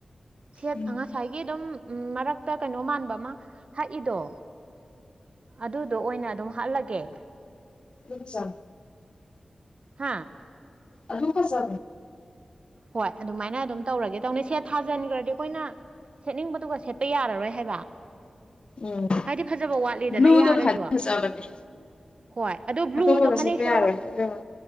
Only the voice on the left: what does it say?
ꯎꯝ
ꯑꯆꯥ
ꯑꯗꯨꯨ ꯀꯁ
ꯎꯝ
ꯕ꯭ꯂꯨꯗꯣ
ꯐꯖꯕꯅꯦ
ꯑꯇꯣꯞꯄꯒ
ꯁꯦꯠꯄ ꯌꯥꯔꯣꯏ ꯍꯥꯏꯕꯦꯝꯃ